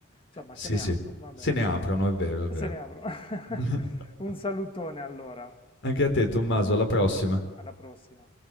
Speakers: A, on the left; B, on the left.
A: Insomma,
B: Sì,
A: se ne
B: sì,
A: aprono, va bene.
B: se ne aprono, è vero, è vero.
A: Se ne aprono. <laughs>
B: <laughs>
A: Un salutone allora,
B: Anche a te Tommaso, alla prossima.
A: alla prossima.